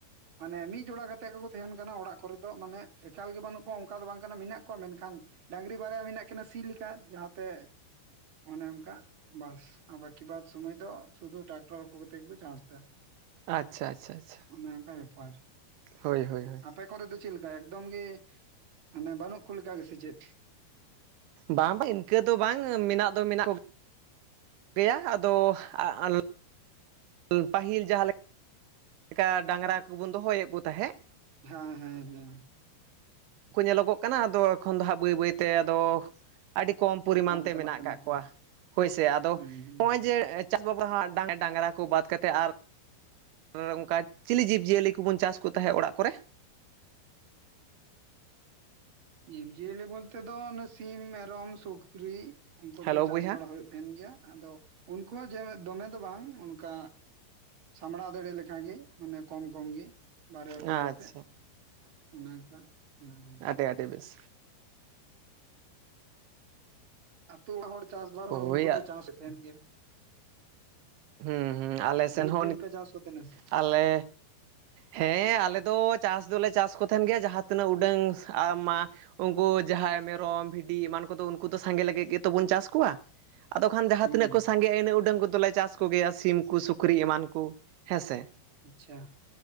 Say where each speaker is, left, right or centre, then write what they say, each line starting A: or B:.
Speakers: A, on the right (about 35°); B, on the right (about 80°).
A: ᱢᱟᱱᱮ ᱢᱤᱫ ᱡᱚᱲᱟ ᱠᱟᱛᱮᱜ ᱜᱮᱠᱚ ᱛᱟᱦᱮᱱ ᱠᱟᱱᱟ ᱚᱲᱟᱜ ᱠᱚᱨᱮ ᱫᱚ ᱢᱟᱱᱮ ᱮᱠᱟᱞ ᱜᱮ ᱵᱟᱹᱱᱩᱜ ᱠᱚᱣᱟ ᱚᱱᱠᱟ ᱫᱚ ᱵᱟᱝ᱾ ᱠᱟᱱᱟ ᱢᱮᱱᱟᱜ ᱠᱚᱣᱟ ᱢᱮᱱᱠᱷᱟᱱ ᱰᱟᱺᱟᱝᱨᱤ ᱵᱟᱨᱭᱟ ᱢᱮᱱᱟᱜ ᱠᱤᱱᱟ ᱥᱤ ᱞᱮᱠᱟ ᱡᱟᱦᱟᱸᱛᱮ ᱚᱱᱮ ᱚᱱᱠᱟ ᱵᱟᱥ ᱟᱨ ᱵᱟᱠᱤ ᱵᱟᱫ ᱥᱩᱢᱟᱹᱭ ᱫᱚ ᱥᱩᱫᱷᱩ ᱴᱨᱟᱠᱴᱚᱨ ᱠᱚ ᱠᱟᱛᱮᱜ ᱜᱮᱠᱚ ᱪᱟᱥ ᱫᱟ᱾
B: ᱟᱪᱪᱷᱟ ᱟᱪᱪᱷᱟ ᱟᱪᱪᱷᱟ᱾
A: ᱚᱱᱮ ᱚᱝᱠᱟ ᱵᱮᱯᱟᱨ᱾
B: ᱦᱳᱭ ᱦᱳᱭ ᱦᱳᱭ᱾
A: ᱟᱯᱮ ᱠᱚᱨᱮ ᱫᱚ ᱪᱮᱜ ᱞᱮᱠᱟ ᱮᱠᱫᱚᱢ ᱜᱮ ᱢᱟᱱᱮ ᱵᱟᱹᱱᱩᱜ ᱠᱚ ᱞᱮᱠᱟ ᱜᱮ ᱥᱮ ᱪᱮᱫ?
B: ᱵᱟᱝ ᱵᱟᱝ ᱤᱱᱠᱟᱹ ᱫᱚ ᱵᱟᱝ ᱢᱮᱱᱟᱜ ᱫᱚ ᱢᱮᱱᱟᱜ ᱜᱮᱭᱟ ᱟᱫᱚ ᱟ ᱟᱞ ᱯᱟᱹᱦᱤᱞ ᱡᱟᱦᱟᱸ ᱞᱮᱠᱟ ᱰᱟᱝᱨᱟ ᱠᱩᱵᱚᱱ ᱫᱚᱦᱚᱭᱮᱜ ᱠᱚ ᱛᱟᱦᱮᱜ᱾
A: ᱦᱮᱸ ᱦᱮᱸ ᱦᱮᱸ᱾
B: ᱠᱚ ᱧᱮᱞᱚᱜᱚᱜ ᱠᱟᱱᱟ ᱟᱫᱚ ᱮᱠᱷᱚᱱ ᱫᱚ ᱦᱟᱸᱜ ᱵᱟᱹᱭ ᱵᱟᱹᱭᱛᱮ ᱟᱫᱚ ᱟᱰᱤ ᱠᱚᱢ ᱯᱚᱨᱤᱢᱟᱱ ᱛᱮ
A: ᱪᱟᱞᱟᱜ
B: ᱢᱮᱱᱟᱜ
A: ᱠᱟᱱᱟ
B: ᱠᱟᱜ
A: ᱠᱚ
B: ᱠᱚᱣᱟ ᱦᱳᱭᱥᱮ ᱟᱫᱚ
A: ᱦᱩᱸ ᱦᱩᱸ
B: ᱦᱚᱜ-ᱚᱭ
A: ᱦᱩᱸ
B: ᱡᱮ ᱪᱟᱥ ᱫᱚ ᱦᱟᱸᱜ ᱰᱟ ᱰᱟᱝᱨᱟ ᱠᱚ ᱵᱟᱫ ᱠᱟᱛᱮᱫ ᱟᱨ ᱟᱨ ᱚᱱᱠᱟ ᱪᱤᱞᱤ ᱡᱤᱵᱽᱼᱡᱤᱭᱟᱹᱞᱤ ᱠᱚᱵᱚᱱ ᱪᱟᱥ ᱠᱚ ᱛᱟᱦᱮᱸᱫ ᱚᱲᱟᱜ ᱠᱚᱨᱮ?
A: ᱡᱤᱵᱽᱼᱡᱤᱭᱟᱞᱤ ᱵᱚᱞᱛᱮ ᱫᱚ ᱥᱤᱢ ᱚᱱᱮ ᱢᱮᱨᱚᱢ ᱥᱩᱠᱨᱤ᱾ ᱩᱱᱠᱩ
B: ᱦᱮᱞᱳ
A: ᱫᱚ
B: ᱵᱚᱭᱦᱟ
A: ᱪᱟᱥ ᱵᱟᱲᱟ ᱦᱳᱭᱳᱜ ᱛᱟᱦᱮᱱ ᱜᱮᱭᱟ ᱟᱫᱚ ᱩᱱᱠᱩ ᱦᱚᱸ ᱡᱮ ᱫᱚᱢᱮ ᱫᱚ ᱵᱟᱝ ᱚᱱᱠᱟ ᱥᱟᱢᱲᱟᱣ ᱫᱟᱲᱮ ᱞᱮᱠᱟ ᱜᱤ ᱢᱟᱱᱮ ᱠᱚᱢ ᱠᱚᱢ ᱜᱮ᱾ ᱵᱟᱨᱭᱟ ᱯᱮᱭᱟ
B: ᱟᱪᱪᱷᱟ
A: ᱠᱟᱛᱮᱜ ᱚᱱᱮ ᱚᱱᱠᱟ ᱦᱮᱸ᱾
B: ᱟᱰᱤ ᱟᱰᱤ ᱵᱮᱥ᱾
A: ᱟᱹᱛᱩ ᱚᱲᱟᱜ ᱦᱚᱲ ᱪᱟᱥᱵᱟᱨ
B: ᱦᱳᱭ
A: ᱦᱚᱲ ᱩᱱᱠᱩ ᱫᱚ ᱪᱟᱥ ᱮ ᱛᱟᱦᱮᱱ ᱜᱮ᱾
B: ᱦᱩᱸ ᱦᱩᱸ, ᱟᱞᱮ ᱥᱮᱱ
A: ᱰᱷᱮᱨ
B: ᱦᱚᱸ
A: ᱰᱷᱮᱨ ᱯᱮ ᱪᱟᱥ ᱠᱚ ᱛᱟᱦᱮᱱᱟ ᱥᱮ
B: ᱟᱞᱮ ᱦᱮᱸ ᱟᱞᱮ ᱫᱚ ᱪᱟᱥ ᱫᱚᱞᱮ ᱪᱟᱥ ᱠᱚ ᱛᱟᱦᱮᱱ ᱜᱮᱭᱟ ᱡᱟᱦᱟᱸ ᱛᱤᱱᱟᱹᱜ ᱩᱰᱟᱹᱝ ᱟ ᱢᱟ ᱩᱱᱠᱩ ᱡᱟᱦᱟᱸᱭ ᱢᱮᱨᱚᱢ ᱵᱷᱤᱰᱤ ᱮᱢᱟᱱ ᱠᱚᱫᱚ ᱩᱱᱠᱩ ᱫᱚ ᱥᱟᱸᱜᱮ ᱞᱟᱹᱜᱤᱫ ᱜᱮᱛᱚ ᱵᱚᱱ ᱪᱟᱥ ᱠᱚᱣᱟ᱾ ᱟᱫᱚ ᱠᱷᱟᱱ ᱡᱟᱦᱟᱸ
A: ᱦᱩᱸ
B: ᱛᱤᱱᱟᱹᱜ ᱠᱚ ᱥᱟᱸᱜᱮᱟ ᱤᱱᱟᱹᱜ ᱩᱰᱟᱹᱝ ᱠᱚᱫᱚᱞᱮ ᱪᱟᱥ ᱠᱚᱜᱮᱭᱟ ᱥᱤᱢ ᱠᱩ ᱥᱩᱠᱨᱤ ᱮᱢᱟᱱ ᱠᱩ᱾ ᱦᱮᱸᱥᱮ,
A: ᱟᱪᱪᱷᱟ